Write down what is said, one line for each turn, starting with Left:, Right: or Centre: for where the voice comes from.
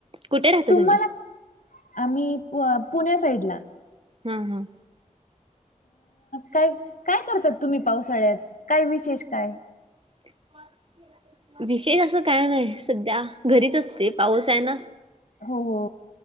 Right: कुठं राहता
Left: तुम्हाला
Right: तुम्ही,
Left: आम्ही पुण्या साईडला.
Right: हा, हा,
Left: काय करतातं तुम्ही पावसाळ्यातं काय विशेष काय,
Right: <inaudible> विशेष असं काय नाही सध्या घरीचं असते. पाऊस आहे. ना
Left: हो हो